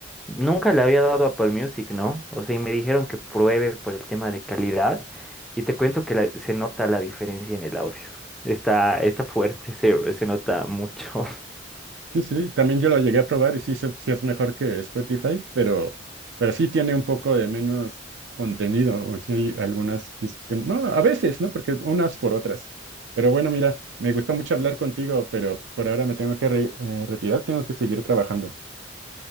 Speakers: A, in the centre; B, on the right.
A: nunca le había dado Apple Music, ¿no? O sea, y me dijeron que pruebe por el tema de calidad y te cuento que la- se nota la diferencia en el audio. Está, está fuerte, se, se nota mucho. <laughs>
B: Sí, sí, también yo lo llegué a probar y sí, se- sí es mejor que Spotify, pero, pero sí tiene un poco de menos contenido, o sí hay algunas, dis- que- no, a veces, ¿no? Porque unas por otras. Pero bueno, mira, me gustó mucho hablar contigo, pero por ahora me tengo que re- eh, retirar, tengo que seguir trabajando.